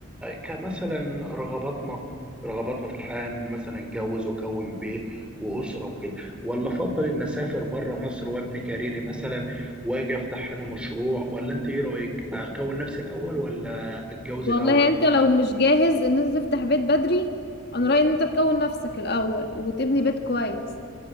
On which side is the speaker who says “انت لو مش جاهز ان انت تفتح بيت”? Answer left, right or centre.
Left